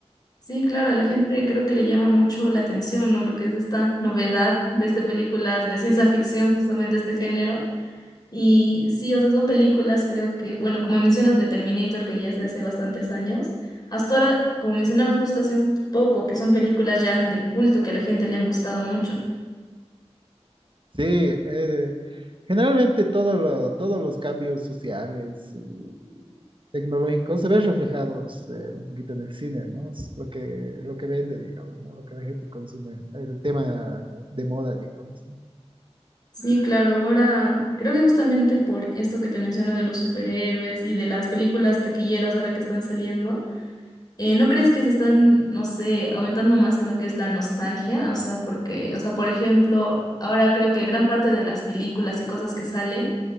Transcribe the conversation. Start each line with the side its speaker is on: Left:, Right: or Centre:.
Left: Sí, claro, a la gente
Right: y,
Left: creo que le llama mucho la atención, ¿no? Lo que es esta novedad de estas películas de ciencia ficción, justamente este género. Y sí, o sea, son películas, creo que, bueno, como mencionas de Terminator, que ya es de hace bastantes años, hasta ahora, como mencionamos justo hace un poco, que son películas ya de culto que a la gente le han gustado mucho.
Right: Sí, eh, generalmente todo lo- todos los cambios sociales y tecnológicos se ven reflejados eh, un poquito en el cine, ¿no? Es lo que, lo que vende, digamos, ¿no? Lo que la gente consume, el tema de moda, digamos, ¿no?
Left: Sí, claro, ahora creo que justamente por esto que te menciono de los superhéroes y de las películas taquilleras ahora que están saliendo. Eh, ¿no crees que se están, no sé, aumentando más en lo que es la nostalgia? O sea, porque, o sea, por ejemplo, ahora creo que gran parte de las películas y cosas que salen